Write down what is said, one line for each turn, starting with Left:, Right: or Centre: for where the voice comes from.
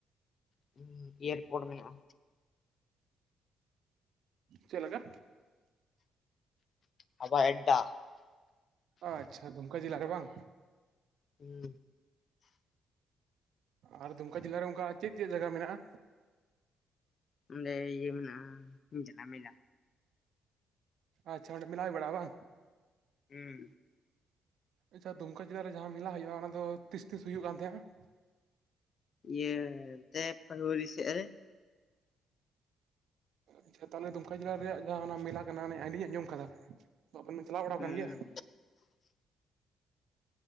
Left: ᱩᱸ ᱮᱭᱟᱨᱯᱳᱨᱴ ᱢᱮᱱᱟᱜ-ᱟ᱾
Right: ᱪᱮᱫ ᱞᱮᱠᱟ?
Left: ᱦᱟᱵᱟᱭ ᱟᱰᱰᱟ᱾
Right: ᱟᱪᱪᱷᱟ ᱫᱩᱢᱠᱟ ᱡᱮᱞᱟ ᱨᱮ ᱵᱟᱝ?
Left: ᱦᱩᱸ
Right: ᱟᱨ ᱫᱩᱢᱠᱟ ᱡᱮᱞᱟᱮ ᱚᱱᱠᱟ ᱪᱮᱫ ᱪᱮᱫ ᱡᱟᱭᱜᱟ ᱢᱮᱱᱟᱜᱼᱟ?
Left: ᱚᱸᱰᱮ ᱤᱭᱟᱹ ᱢᱮᱱᱟᱜᱼᱟ ᱡᱷᱟᱢᱮᱞᱟ᱾
Right: ᱟᱪᱪᱷᱟ ᱚᱸᱰᱮ ᱡᱮᱞᱟ ᱦᱩᱭ ᱵᱟᱲᱟ ᱵᱟᱝ᱾
Left: ᱦᱩᱸ
Right: ᱟᱪᱪᱷᱟ ᱫᱩᱢᱠᱟ ᱡᱮᱞᱟ ᱨᱮ ᱡᱟᱦᱟᱸ ᱢᱮᱞᱟ ᱦᱩᱭᱩᱜᱼᱟ, ᱚᱱᱟ ᱫᱚ ᱛᱤᱥ ᱛᱤᱥ ᱦᱩᱭᱩᱜ ᱠᱟᱱ ᱛᱟᱸᱦᱮᱱᱟ?
Left: ᱤᱭᱟᱹ ᱰ <unintelligible> ᱯᱷᱨᱩᱟᱨᱤ ᱥᱮᱫ ᱨᱮ᱾
Right: ᱟᱪᱪᱷᱟ, ᱛᱟᱦᱞᱮ ᱫᱩᱢᱠᱟ ᱡᱮᱞᱟ ᱨᱮᱭᱟᱜ ᱡᱟᱦᱟᱸ ᱢᱮᱞᱟ ᱠᱟᱱᱟ᱾ ᱟᱹᱰᱤᱧ ᱟᱸᱡᱚᱢ ᱟᱠᱟᱫᱟ ᱛᱚ ᱟᱵᱮᱱ ᱪᱟᱞᱟᱣ ᱵᱟᱲᱟᱣ
Left: ᱦᱩᱸ
Right: ᱟᱠᱟᱱ ᱜᱮᱭᱟ᱾